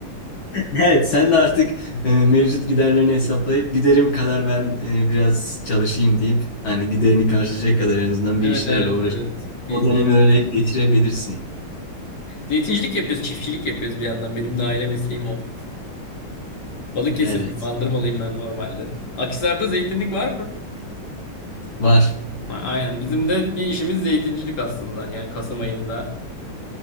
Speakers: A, on the left; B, on the left.
A: Evet, sen de artık e, mevcut giderlerini hesaplayıp giderim kadar ben e, biraz çalışayım deyip hani giderini karşılayacak kadar en azından bir
B: Evet
A: işlerle
B: evet
A: uğraşıp
B: evet. Bir
A: o dönemi
B: şey,
A: öyle geçirebilirsin.
B: zeytincilik yapıyoruz, çiftçilik yapıyoruz bir yandan. Benim de aile mesleğim o. Balıkesirliyim,
A: Evet.
B: Bandırmalıyım ben normalde. Akhisar'da zeytinlik var mı?
A: Var.
B: A- Aynen. Bizim de bir işimiz zeytincilik aslında. Yani Kasım ayında